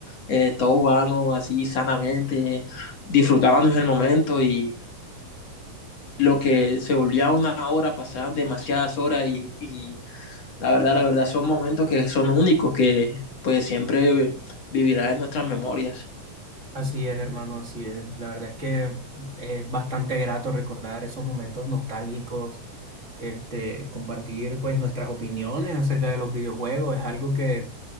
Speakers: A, on the left; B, on the right.
A: eh, todos jugábamos así sanamente, disfrutábamos el momento y, lo que se volvía una hora, pasaban demasiadas horas y, y la verdad, la verdad son momentos que son únicos, que pues siempre vivirán en nuestras memorias.
B: Así es, hermano, así es. La verdad es que es bastante grato recordar esos momentos nostálgicos, este, compartir pues nuestras opiniones acerca de los videojuegos, es algo que